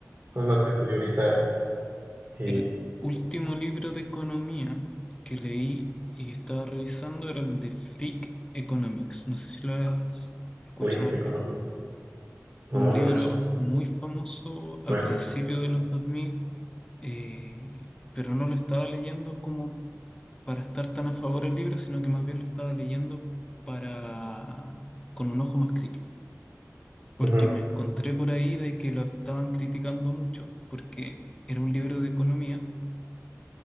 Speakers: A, on the right; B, on the left.
A: son las que estoy ahorita, eh,
B: El último libro de economía que leí y que estaba revisando era el de Freak Economics. No sé si lo has escuchado
A: Click
B: hablar.
A: Economy. No,
B: Es un libro
A: no me su-
B: muy famoso a
A: suena.
B: principios de los 2000, eh, pero no lo estaba leyendo como para estar tan a favor del libro, sino que más bien lo estaba leyendo para con un ojo más crítico, porque
A: Ujú,
B: me encontré por ahí de que lo estaban criticando mucho, porque era un libro de economía